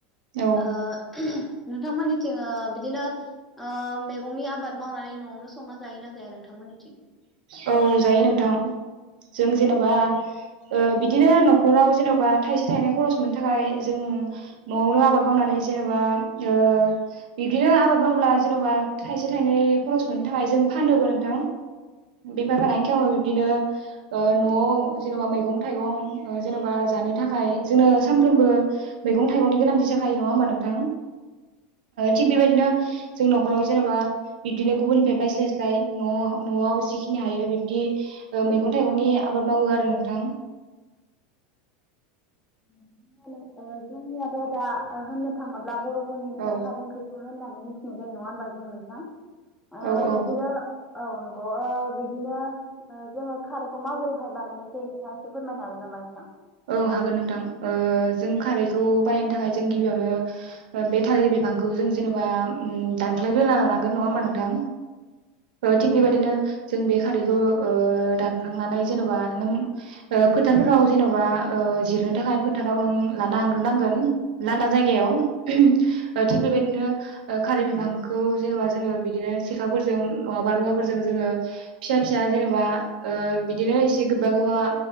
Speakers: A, on the right; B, in the centre.
A: औ
B: ओ नोंथांमोननिथिं ओ बिदिनो ओ मैगंनि आबाद मावनानै न'आवनो संना जायो ना जाया नोंथांमोननिथिं
A: औ जायो नोंथां जों जेन'बा ओ बिदिनो न'खराव जेन'बा थाइसे थाइनै खरस मोननो थाखाय जों न'आवनो आबाद मावनानै जेन'बा ओ बिदिनो आबाद मावब्ला जेन'बा थाइसे थाइनै खरस मोननो थाखाय जों फानोबो नोंथां बेफार फालांगि खालामाबा बिदिनो ओ न'आव जेनेबा मैगं थाइगं जेन'बा जानो थाखाय जोंङो सानफ्रोमबो मैंगं थाइगंनि गोनांथि जाखायो नङा होमबा नों थां थिग बेबायदिनो जों न'खराव जेनेबा बिबदिनो गुबुननिफ्राय बायस्लायस्लाय न' न'आवखि फिनो हायो बिबदि ओ मैगं थाइगंनि आबाद मावो आरो नोंथां
B: बि जोंनियाथ' दा होननो थाङोब्ला बर' नि
A: औ
B: खारै ओंख्रिखौनो होननानै मिथियो मिथिनाय जायो नङा होनबा जों नोंथां आ
A: औ औ
B: बिदिनो औ नंगौ ओ बिदिनो ओ जोङो खारैखौ माबोरैहाय बानायनाय जायो नोंथाङा फोरमायनो हागोन नामा नोथां
A: औ हागोन नोंथां ओ जों खारैखौ बानायनो थाखाय जों गिबियावनो बे थालिर बिफांखौ जों जेनेबा उम दानख्लायग्रोना लानांगोन नङा होमबा नोंथां थिग बेबदिनो जों बे खारैखौओ दानखांनानै जेनेबा नों फोथारफोराव जेनेबा बा ओ जिरनो थाखाय फोथाराव नों लाना हांग्रोनांगोन लांदां जायगायाव ओ थिग बेबायदिनो ओ खारै बिफांखौ जेनेबा जोङो बिदिनो सेखाफोरजों नङाबा रुवाफोरजों जोङो फिसा फिसा जेनेबा बिदिनो ओ एसे गोबा गोबा